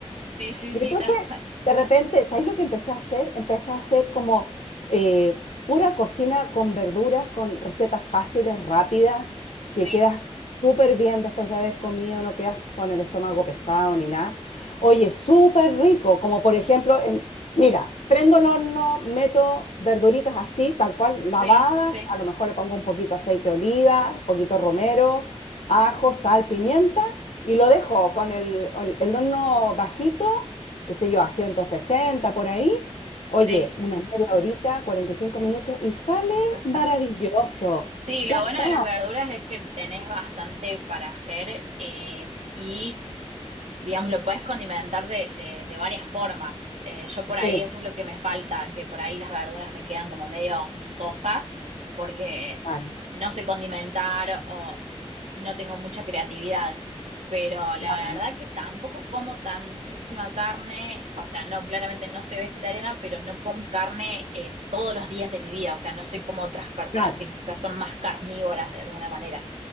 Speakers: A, on the right; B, on the left.
A: sí, sí,
B: Y
A: sí,
B: entonces,
A: tal cual.
B: de repente, ¿sabes lo que empecé a hacer? Empecé a hacer como eh, pura cocina con verduras, con recetas fáciles, rápidas, que
A: Sí,
B: quedas súper bien después de haber comido, no quedas con el estómago pesado ni nada. Oye, súper rico, como por ejemplo, en- mira, prendo el horno, meto verduritas así, tal cual,
A: sí,
B: lavadas,
A: sí,
B: a lo mejor le pongo un poquito aceite de oliva, un poquito romero, ajo, sal, pimienta, y lo dejo con el, el el horno bajito qué sé yo, a 160 por ahí. Oye,
A: sí,
B: una media horita, 45 minutos y sale
A: ya está.
B: maravilloso.
A: Sí,
B: Ya
A: lo
B: está.
A: bueno de las verduras es que tenés bastante para hacer eh, y digamos, lo puedes condimentar de, de- de varias formas. Eh, yo por
B: Sí,
A: ahí eso es lo que me falta, que por ahí las verduras me quedan como medio sosas porque
B: claro,
A: no sé condimentar o no tengo mucha creatividad. Pero la
B: claro,
A: verdad que tampoco como tantísima carne, o sea, no, claramente no soy vegetariana, pero no como carne eh, todos los días de mi vida, o sea, no soy como otras personas
B: claro.
A: que quizás son más carnívoras de alguna manera.